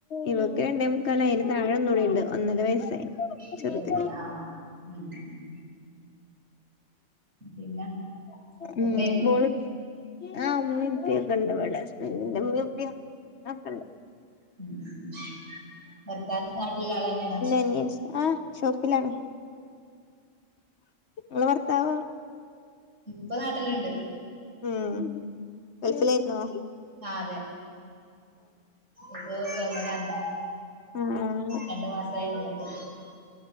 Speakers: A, on the left; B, on the right.
A: ഇവക്ക് രണ്ടേ മുക്കാലായി. അതിൻ്റെ താഴെ ഒന്നൂടിണ്ട്, ഒന്നര വയസ്സായി.
B: <unintelligible>
A: ചെറുതിന്
B: ആഹ് ആഹ് ഉം ഉം ഉം പിന്നെ
A: ഉം
B: ഉമ്മയും
A: ഓള്, ആ ഉമ്മിം ഉപ്പ്യൊക്കെണ്ട് വടെ. ഹസ്ബെൻ്റിൻ്റെ ഉമ്മിം <unintelligible>
B: ഉം ഉം ഉം ഭർത്താവ് നാട്ടില്ള്ളാളെന്നേണോ?
A: നേഴ്‌സ് ആഹ് ഷോപ്പിലാണ്. നിങ്ങളെ ഭർത്താവ്
B: ഇപ്പ നാട്ടില്ണ്ട്.
A: ഉം ഗൾഫിലായിര്ന്നോ?
B: ആഹ് അതെ, ഇപ്പോ വന്നതാണ്.
A: ആഹ്
B: രണ്ട് മാസായി വന്ന്ട്ട്.